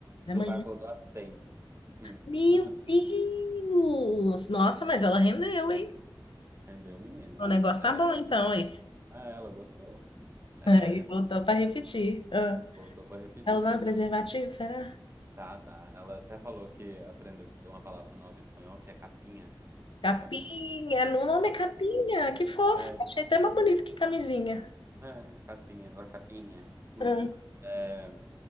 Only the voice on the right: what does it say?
meu
pai acordou às 6. Hum.
<laughs>
Entendeu, menina?
É,
ah, ela gostou. É,
botou pra repetir.
Tá, tá. Ela até falou que aprendeu uma palavra nova em espanhol, que é capinha, que
é camisinha.
É,
é,
hum,
é, capinha, la capinha. Hum.
É,